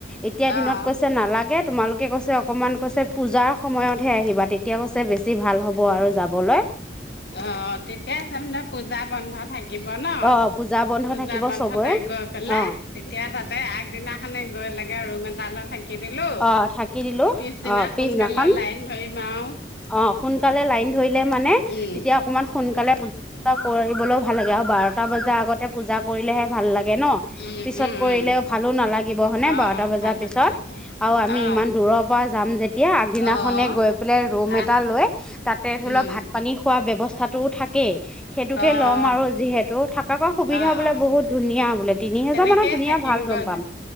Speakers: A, in the centre; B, on the left.
A: এতিয়া দিনত
B: অ',
A: কৈছে নালাগে। তোমালোকে কৈছে অকমান কৈছে পূজাৰ সময়তহে আহিবা তেতিয়া কৈছে বেছি ভাল হ'ব আৰু যাবলৈ।
B: অ', তেতিয়াই চাম দে পূজা বন্ধ থাকিব ন।
A: অ পূজা বন্ধ
B: পূজা
A: থাকিব
B: বন্ধতে
A: চবৰে
B: গৈ পেলাই
A: অ
B: তেতিয়া তাতে আগদিনাখনে গৈ লাগে ৰুম এটালৈ থাকি কি দিলো
A: অ থাকি দিলো
B: পিছদিনা
A: অ পিছদিনাখন
B: সোনকালে লাইন ধৰিম আৰু।
A: অ', সোনকালে লাইন ধৰিলে মানে
B: উম,
A: তেতিয়া অকমান সোনকালে পজা কৰিবলৈও ভাল লাগে আৰু বাৰটা বজাৰ আগতে পূজা কৰিলেহে ভাল লাগে। লাগে ন
B: উম,
A: পিছত
B: উম,
A: কৰিলে
B: উম,
A: ভালো নালাগিব হয়নে
B: অ',
A: বাৰটা বজাৰ
B: ভালো
A: পিছত।
B: নালাগে,
A: আৰু আমি
B: অ',
A: ইমান দূৰৰ পৰা যাম যেতিয়া আগদিনাখনে
B: অ',
A: গৈ পেলাই ৰুম
B: আহ,
A: এটা লৈ তাত তাতে ধৰি
B: উম,
A: লওক ভাত পানী খোৱা ব্যৱস্থাটোও থাকে তাকেই সেইটোকে
B: অ',
A: ল'ম আৰু যিহেতু থকা কৈ সুবিধা
B: অ',
A: বোলে বহুত ধুনীয়া বোলে তিনি হেজাৰ
B: তেনেকেই
A: মানত ধুনীয়া
B: থাকিম
A: ভাল ৰম
B: গৈ
A: পাম